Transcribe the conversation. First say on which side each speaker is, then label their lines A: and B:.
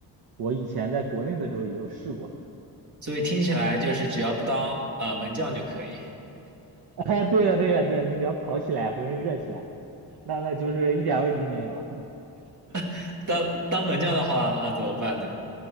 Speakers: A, on the right; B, on the right.
A: 我以前在国内的时候也有试过。
B: 所以听起来就是只要不当呃门将就可以，
A: <laughs> 啊，对的对的对的，你只要跑起来，浑身热起来，那那就是一点问题没有。
B: <laughs> 当当门将的话，呃，怎么办呢？